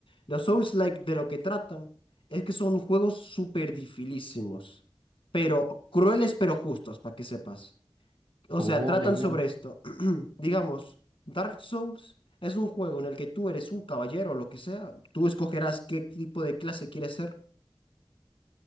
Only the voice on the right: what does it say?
Oh,
ya veo.